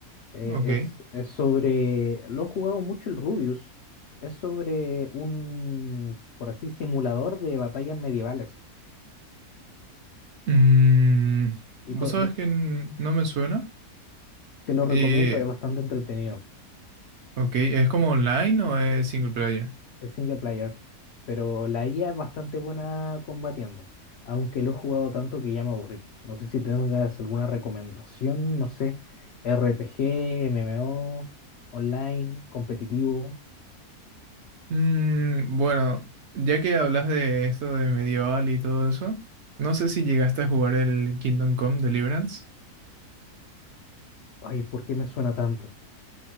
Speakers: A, on the left; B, on the right.
A: Eh,
B: Ok.
A: es, es sobre, lo he jugado mucho el Rubius, es sobre un, por así, simulador de batallas medievales.
B: Mm,
A: Y
B: ¿vos
A: co-
B: sabés
A: do-
B: que n- no me suena?
A: te lo recomiendo,
B: Y,
A: es bastante entretenido.
B: ok, ¿es como online o es single player?
A: Es single player, pero la IA es bastante buena combatiendo, aunque lo he jugado tanto que ya me aburrí. No sé si tengas alguna recomendación, no sé, RPG, MMO, online, competitivo.
B: Mm, bueno, ya que hablas de esto de medieval y todo eso, no sé si llegaste a jugar el Kingdom Come Deliverance.
A: Ay, ¿por qué me suena tanto?